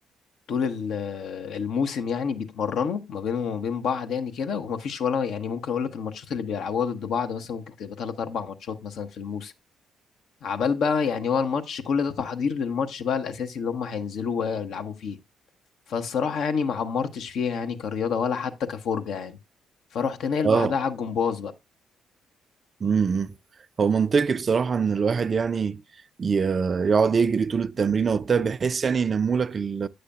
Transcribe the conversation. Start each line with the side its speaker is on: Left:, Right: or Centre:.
Left: طول ال الموسم يعني بيتمرنوا ما بينهم وما بين بعض يعني كده ومفيش ولا يعني ممكن أقول لك الماتشات اللي بيلعبوها ضد بعض مثلا ممكن تبقى تلات أربع ماتشات مثلا في الموسم عبال بقى يعني هو الماتش كل ده تحضير للماتش بقى الأساسي اللي هم هينزلوا ويلعبوا فيه فالصراحة يعني ما عمرتش فيها يعني كرياضة ولا حتى كفرجة يعني فرحت ناقل
Right: اه
Left: بعدها على الجمباز
Right: امم هو منطقي بصراحة إن الواحد يعني ي- يقعد يجري طول التمرين وبتاع بحيث يعني ينمولك ال-